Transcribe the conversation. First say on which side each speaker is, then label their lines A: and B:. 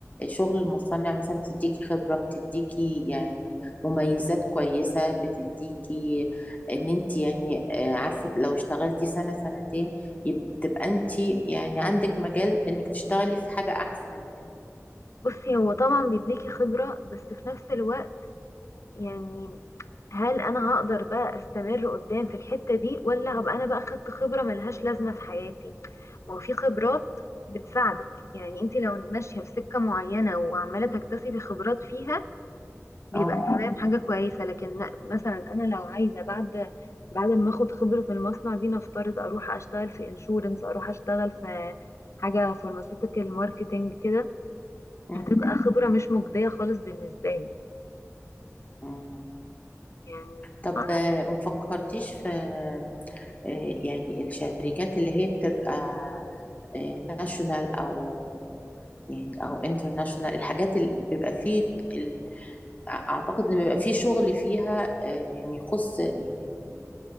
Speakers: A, on the left; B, on the left.
A: شغل المصنع مثلا بتديكي خبرة بتديكي يعني مميزات كويسة بتديكي ان انت يعني آه، عارفة لو اشتغلتي سنة سنتين يب- تبقى انت يعني عندك مجال انك تشتغلي في حاجة احسن يعني
B: بصي هو طبعا بيديكي خبرة بس في نفس الوقت يعني هل انا هقدر بقى استمر قدام في الحتة دي ولا هبقى انا بقى خدت خبرة ملهاش لازمة في حياتي وفي خبرات بتساعدك يعني انت لو ماشية في سكة معينة وعمالة تكتسبي خبرات فيها بيبقى
A: اه
B: تمام حاجة كويسة لكن مثلا انا لو عايزة بعد بعد ما اخد خبرة المصنع دي نفترض اروح اشتغل في انشورنس اروح اشتغل في حاجة فارماسيوتيكال ماركتنج كده
A: مم.
B: هتبقى خبرة مش مجدية خالص بالنسبة لي
A: مم.
B: يعني
A: طب آه، ما فكرتيش في آه، يعني الشركات اللي هي بتبقى ناشونال او يعني او انترناشونال الحاجات اللي بيبقى فيه ال- اعتقد ان بيبقى فيه شغل فيها آه، يعني يخص يعني